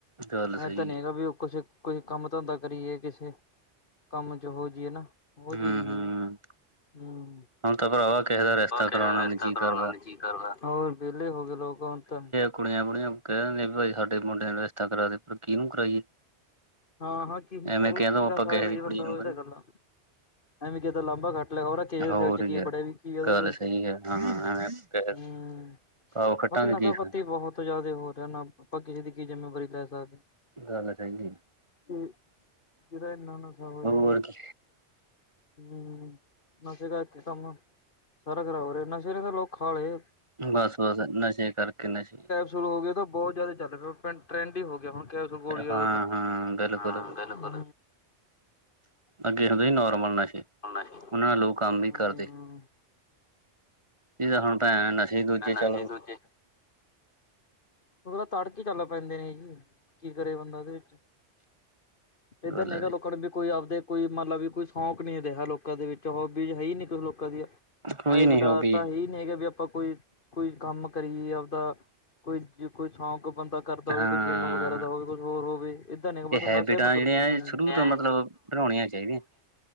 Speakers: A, on the right (about 25°); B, on the left (about 50°).
A: ਗੱਲ ਸਹੀ
B: ਐਦਾਂ ਨੀ ਹੈਗਾ ਵੀ ਉਹ ਕੁਛ ਕੋਈ ਕੰਮ-ਧੰਦਾ ਕਰੀਏ, ਕਿਸੇ ਕੰਮ ਚ ਹੋ ਜੀਏ ਨਾ। ਉਹ
A: ਹੈ
B: ਚੀਜ਼
A: ਹੂੰ
B: ਨ
A: ਹੂੰ
B: ਹੈਗੀ ਹੂੰ
A: ਹੁਣ ਤਾਂ ਭਰਾਵਾ ਕਿਸੇ ਦਾ ਰਿਸ਼ਤਾ
B: ਪਰ ਕਿਸੇ
A: ਕਰਾਉਣਾ
B: ਦਾ ਰਿਸ਼ਤਾ
A: ਵੀ ਨੀ ਜੀਅ
B: ਕਰਾਉਣਾ
A: ਕਰਦਾ
B: ਵੀ ਔਰ ਬੇਲੇ ਹੋ ਗਏ ਲੋਕ ਹੁਣ ਤਾਂ।
A: ਕੁੜੀਆਂ-ਬੁੜੀਆਂ ਕਹਿ ਦਿੰਦੀਆਂ ਭਾਈ ਸਾਡੇ ਮੁੰਡਿਆਂ ਨੂੰ ਰਿਸ਼ਤਾ ਕਰਾ ਦੇ, ਪਰ ਕਿਹਨੂੰ ਕਰਾਈਏ
B: ਹਾਂ ਹਾਂ, ਕੀ
A: ਐਵੇਂ
B: ਉਹ
A: ਕਹਿੰਦਾ
B: ਕੀੜਾ
A: ਆਪਾਂ
B: ਖਾ
A: ਕਿਸੇ
B: ਲੇ
A: ਦੀ ਕੁੜੀ
B: ਬੰਦਾ
A: ਨੂੰ
B: ਓਹੀ
A: ਕਹਿੰਦੇ
B: ਤਾਂ ਗੱਲ ਆ। ਐਵੇ ਕਿਸੇ ਦਾ ਲਾਂਬਾ ਘਟ ਲਗਾਓ, ਕਿਸੇ
A: ਹੋਰ
B: ਦੇ ਦਿਲ 'ਚ ਕੀ
A: ਯਾਰ
B: ਬੜਿਆ ਵੀ ਕੀ ਆ ਉਦੇ
A: ਗੱਲ
B: ਦਿਲ
A: ਸਹੀ
B: ਚ
A: ਹੈ ਹਾਂ ਐਵੇਂ
B: ਹੂੰ।
A: ਭਾਵ ਖੱਟਾਂਗੇ
B: ਬਾਕੀ ਨਸ਼ਾ
A: ਕੀ ਫੇਰ
B: <unintelligible> ਆਪਾਂ ਕਿਸੇ ਦੀ ਕੀ ਜਿੰਮੇਵਾਰੀ ਲੈ ਸਕਦੇ ਆਂ।
A: ਗੱਲ ਚਾਹੀਦੀ।
B: ਕਿ ਜਿਹਦਾ ਇੰਨਾ ਇਨਾਂ <unintelligible>
A: ਹੋਰ ਕੀ
B: ਹੂੰ ਨਸ਼ੇ ਦਾ ਇਕ ਕੰਮ ਆ ਸਾਰਾ ਖਰਾਬ ਹੋ ਰਿਹਾ ਨਸ਼ੇ ਨੇ ਤਾਂ ਲੋਕ ਖਾ ਲੇ।
A: ਬਸ ਬਸ ਨਸ਼ੇ ਕਰਕੇ ਨਸ਼ੇ
B: ਸ਼ੁਰੂ ਹੋ ਗਿਆ, ਤਾਂ ਬਹੁਤ ਜ਼ਿਆਦਾ ਚੱਲ ਪਿਆ ਟਰੈਂਡ ਈ ਹੋ ਗਿਆ ਹੁਣ ਕੈਪਸੂਲ ਗੋਲੀਆਂ
A: ਹਾਂ-ਹਾਂ,
B: ਦਾ ਤਾਂ
A: ਬਿਲਕੁਲ-ਬਿਲਕੁਲ।
B: ਹਾਂ ਬਿਲਕੁਲ
A: ਅੱਗੇ ਹੁੰਦੇ ਸੀ ਨੋਰਮਲ ਨਸ਼ੇ
B: ਨਹੀਂ
A: ਓਨਾਂ ਨਾਲ ਲੋਕ ਕੰਮ ਵੀ
B: ਹਾਂ
A: ਕਰਦੇ। ਏ ਤਾਂ ਹੁਣ ਭੈਣ ਅ ਨਸ਼ੇ ਈ ਦੂਜੇ
B: ਨਸ਼ੇ
A: ਚੱਲ
B: ਦੂਜੇ ਉਹ ਤਾਂ ਤੜਕੇ ਈ ਚੱਲ ਪੈਂਦੇ ਨੇ ਜੀ, ਕੀ ਕਰੇ ਬੰਦਾ ਓਦੇ ਵਿੱਚ। ਇੱਧਰ
A: ਗੱਲ
B: ਨੀ ਗਾ ਲੋਕਾਂ ਨੂੰ ਵੀ ਕੋਈ ਆਪਦੇ ਕੋਈ ਮਤਲਵ ਵੀ ਕੋਈ ਸ਼ੌਂਕ ਨੀ ਰਿਹਾ ਲੋਕਾਂ ਦੇ ਵਿੱਚ, ਹੋਬੀਜ਼ ਹੈ ਈ ਨੀ ਕੁਛ ਲੋਕਾਂ ਦੀਆਂ।
A: ਕੋਈ
B: ਐਏ
A: ਨੀ
B: ਵੱਡਾਤਾ
A: ਹੋ ਵੀ
B: ਸੀ ਨੀ ਵੀ ਆਪਾਂ ਕੋਈ ਕੋਈ ਕੰਮ ਕਰੀਏ ਆਪਦਾ ਕੋਈ ਜੇ ਕੋਈ ਸ਼ੌਂਕ ਬੰਦਾ ਕਰਦਾ ਹੋਵੇ,
A: ਹਾਂ
B: ਕੋਈ ਜਿੰਮ ਵਗੈਰਾ ਦਾ ਹੋਵੇ, ਕੁਛ ਹੋਰ ਹੋਵੇ। ਏਦਾਂ ਨੀ
A: ਇਹ
B: ਬਸ
A: ਹੈਬਿਟਾਂ
B: ਨਸ਼ੇ ਨੂੰ ਤੁਰ
A: ਜਿਹੜੀਆਂ
B: ਪਈ ਦੁਨੀਆਂ।
A: ਸ਼ੁਰੂ ਤੋਂ ਮਤਲਬ ਬਣਾਉਣੀਆਂ ਚਾਹੀਦੀਆਂ